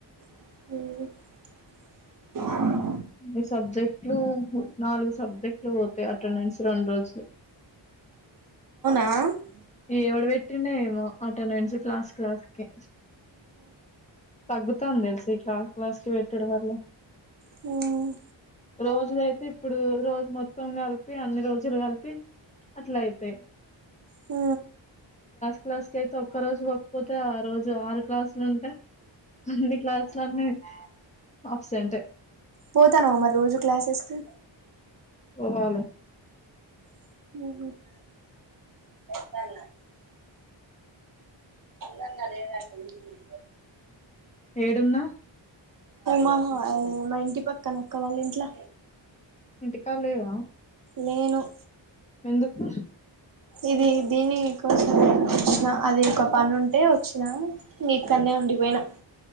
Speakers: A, on the right; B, on the left.
A: ఉహ్
B: మ్ సబ్జెక్ట్లు నాలుగు సబ్జెక్ట్లు పోతాయి అటెండెన్స్ రెండు రోజులు
A: ఆ
B: ఎవడ పెట్టిండే ఏమో ఆ టెన్వన్స్ క్లాస్ క్లాస్కే పగ్గత ఉంద సి కలా క్లాస్ కి పెట్డ వళ్ల
A: హమ్
B: రోజులయితే ఇప్పుడు రోజు మొత్తం కలిపి అన్ని రోజులు కలిపి అట్ల అయితే
A: హ
B: క్లాస్ క అయితే ఒక్క రోజు పకపోతే ఆ రోజు ఆరు క్లాసులు ఉంటే అన్ని క్లాసులన్నీ అబ్సెంట్
A: పోతానువా మరి రోజు క్లాసెస్ క
B: పోవాలి
A: ఎంత అందన్నతదిది
B: ఏడున్నా
A: మాహ మా ఇంటి పక్క నక్క్క వాళ్ళ ఇంట్లా
B: ఇంటికాలేవా
A: నేను
B: ఎందుకు
A: ఇది దీనికోసం వచ్చిన అది ఒక పను ఉంటే వచ్చినా ఇ ఇక్కడనే ఉండిపోయినా